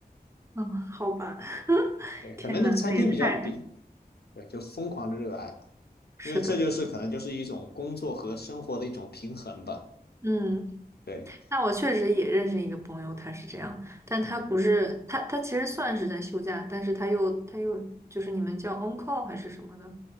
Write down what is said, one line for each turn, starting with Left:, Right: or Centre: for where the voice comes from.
Right: 嗯，好吧，<laughs>
Left: 对，可能那个餐厅比较比，
Right: 天呐，那也太
Left: 对，就疯狂的热爱吧，
Right: 是的，
Left: 因为这就是可能就是一种工作和生活的一种平衡吧。
Right: 嗯，
Left: 对，
Right: 那我确实也认识一个朋友，他是这样，但他不是他他其实算是在休假，
Left: 嗯
Right: 但是他又他又就是你们叫 on call 还是什么的。